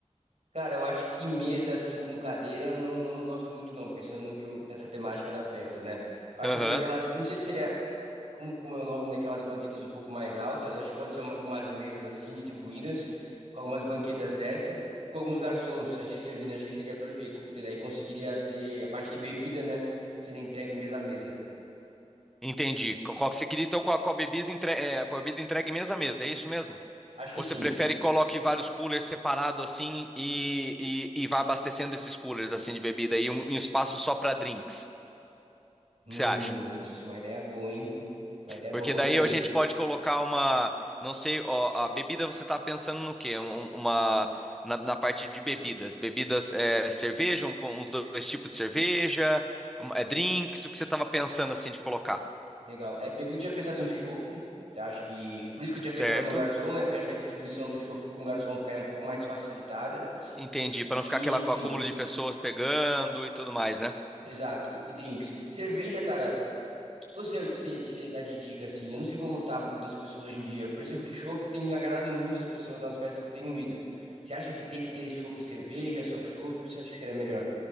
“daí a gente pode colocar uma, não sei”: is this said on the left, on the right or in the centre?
Centre